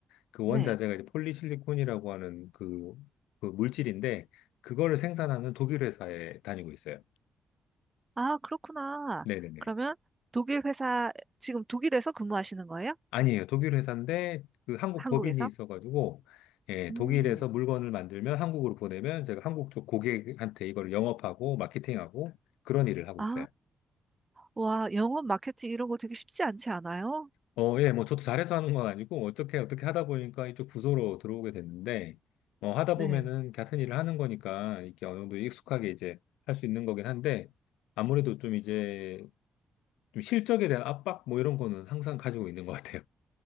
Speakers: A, on the left (about 75°); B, on the right (about 30°).
A: 그 원자재가
B: 네.
A: 이제 폴리실리콘이라고 하는 그, 그 물질인데 그거를 생산하는 독일 회사에 다니고 있어요.
B: 아, 그렇구나.
A: 네네네.
B: 그러면 독일 회사 지금 독일에서 근무하시는 거예요?
A: 아니에요. 독일 회사인데 그 한국
B: 한국에서?
A: 법인이 있어가지고 예,
B: 음.
A: 독일에서 물건을 만들면 한국으로 보내면 제가 한국 쪽 고객한테 이걸 영업하고 마케팅하고 그런 일을 하고
B: 아,
A: 있어요.
B: 와, 영업 마케팅 이런 거 되게 쉽지 않지 않아요?
A: 어, 예, 뭐 저도 잘해서 하는 건 아니고 어떻게 어떻게 하다 보니까 이쪽 부서로 들어오게 됐는데 어, 하다
B: 네.
A: 보면은 같은 일을 하는 거니까 이렇게 어느 정도 익숙하게 이제 할 수 있는 거긴 한데 아무래도 좀 이제 좀 실적에 대한 압박 뭐 이런 거는 항상 가지고 있는 것 같아요.